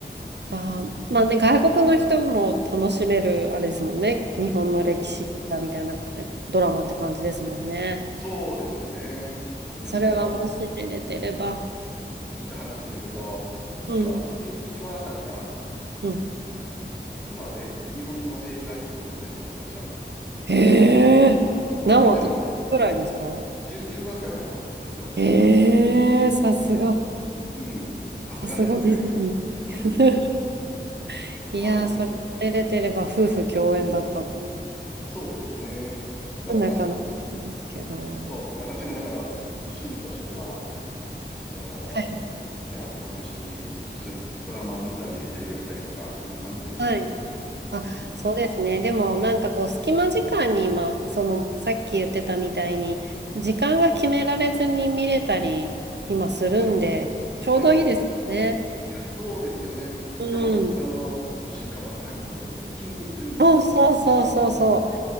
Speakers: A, on the right; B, in the centre.
A: あー、まあね、外国の人も楽しめる、あれですもんね。日本の歴史映画みたいなかドラマって感じですもんね。
B: はい。そうですね。うん、
A: それはもし出れてれば。
B: なんか、聞いた話によると、1話、
A: うん。
B: いち一話あたりが、
A: うん。
B: あ、1話で日本の映画1本撮れるって言ってました。
A: へえ。
B: それぐらいお金、
A: 何話と10ぐらいですか
B: 10、話ぐらいあったと思いますよ。
A: ええー、さすが。
B: うん。さすがですよね。
A: さすがディズニー。
B: うん。
A: <laughs> いやー、
B: はい。
A: それ出れてれば夫婦共演だった
B: うん。そうですね。なんか、
A: のなかなかですけど。
B: そう、私もだから趣味としては、その、
A: はい。
B: ね、あずさんと一緒に、一緒にドラマを見たり、映画見たりとか、そんな感じですかね。
A: はい。あ、
B: うん。
A: そうですね。でもなんかこう隙間時間に今、そのさっき言ってたみたいに時間が決められずに見れたり今するんでちょうどいいですね。
B: はい。はい。そうですよね。ししかも、
A: うん。
B: あの、一週間待たなくても一気にできるんで、
A: そうそうそうそうそう。